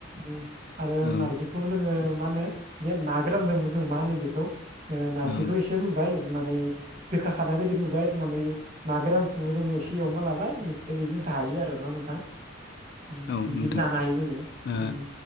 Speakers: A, on the right; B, on the left.
A: उम आरो
B: औ
A: नारजिखौबो जोङो मा होनो बे ना गोरानजोंबो जों मा होनो बेखौ ओ नारजिखौ
B: औ
A: एसे रुबाय रुनानै गोखा खारनाय बायदि रुबाय रुनानै ना गोरानखौबो जोङो एसे एवना लाबाय एमफाय एजों <unintelligible> जायो आरो ना नोंथां। उम
B: औ
A: बिदिबो
B: नोंथां
A: जानो हायो जोङो
B: ओ
A: उम